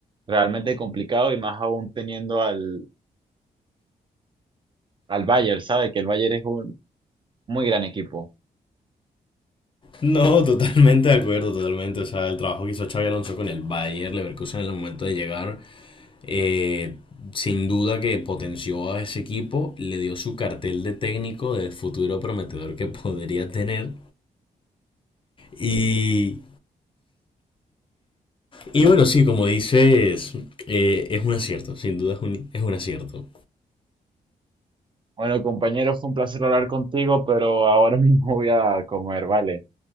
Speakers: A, on the right; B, on the left.
A: realmente complicado y más aún teniendo al, al Bayern, ¿sabe? Que el Bayern es Muy gran equipo.
B: No, totalmente de acuerdo, totalmente. O sea, el trabajo que hizo Xavi Alonso con el Bayer Leverkusen en el momento de llegar, eh, sin duda que potenció a ese equipo, le dio su cartel de técnico del futuro prometedor que <laughs> podría tener. Y, y bueno, sí, como dices, eh, es un acierto, sin duda es un, es un acierto.
A: Bueno, compañero, fue un placer hablar contigo, pero ahora <laughs> mismo voy a comer, ¿vale?